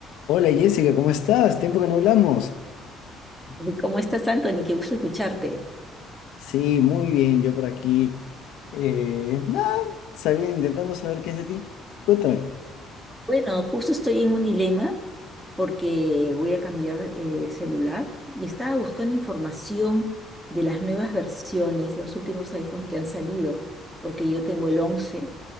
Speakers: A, on the left (about 80°); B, in the centre.
A: Hola Jessica, ¿cómo estás? Tiempo que no hablamos.
B: Eh, ¿Cómo estás, Anthony? Qué gusto escucharte.
A: Sí, muy bien, yo por aquí. Eh, nada, sabía intentando saber qué es de ti. Cuéntame.
B: Bueno, justo estoy en un dilema porque voy a cambiar eh, de celular y estaba buscando información de las nuevas versiones, los últimos iPhone que han salido, porque yo tengo el once.